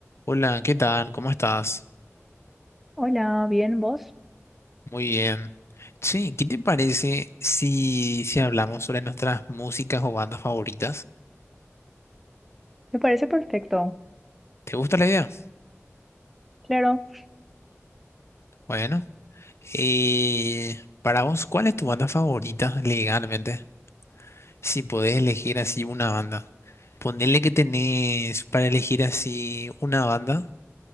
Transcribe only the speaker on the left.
Hola, ¿qué tal? ¿Cómo estás?
Muy bien. Che, ¿qué te parece si, si hablamos sobre nuestras músicas o bandas favoritas?
¿Te gusta la idea?
Bueno, eh, para vos, ¿cuál es tu banda favorita legalmente? Si podés elegir así una banda. Ponele que tenés para elegir así una banda